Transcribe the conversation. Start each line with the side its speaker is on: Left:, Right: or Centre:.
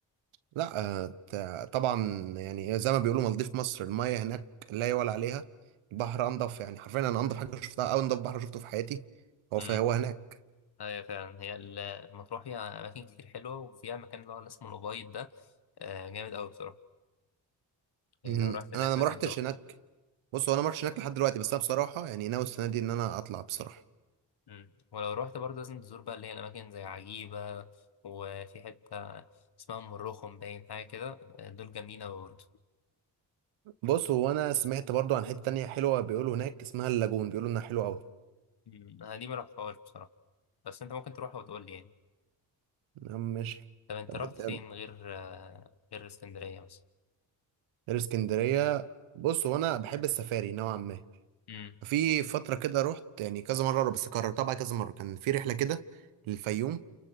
Right: لا آه، ت- طبعا يعني إيه، زي ما بيقولوا مالديف مصر المايه هناك لا يعلى عليها البحر انضف يعني حرفيا انا انضف حاجه شفتها او انضف بحر شفته في حياتي هو
Left: امم
Right: فهو هناك
Left: ايوه فعلا هي ال- المطروح فيها اماكن كتير حلوه وفيها مكان اللي هو اللي اسمه الأبيض ده آه، جامد قوي بصراحه يعني
Right: امم
Left: لو رحت هناك
Right: انا أنا ما
Left: لازم
Right: رحتش
Left: تروح
Right: هناك بص هو انا ما رحتش هناك لحد دلوقتي بس انا بصراحه يعني ناوي السنه دي ان انا اطلع بصراحه
Left: امم ولو رحت برضه لازم تزور بقى اللي هي الاماكن زي عجيبه وفي حته اسمها ام الرخم باين حاجه كده آه، دول جامدين قوي برضه
Right: بص هو انا سمعت برضو عن حتة تانية حلوة بيقولوا هناك اسمها اللاجون بيقولوا انها حلوة قوي
Left: أمم، انا دي ما رحتهاش بصراحه بس انت ممكن تروحها وتقول لي يعني
Right: يا عم ماشي
Left: طب انت
Right: طب
Left: رحت
Right: ده-
Left: فين غير آه، غير اسكندريه مثلا
Right: غير اسكندرية بص هو انا بحب السفاري نوعا ما
Left: امم
Right: في فترة كده رحت يعني كذا مرة بس كررتها بقى كذا مرة كان في رحلة كده للفيوم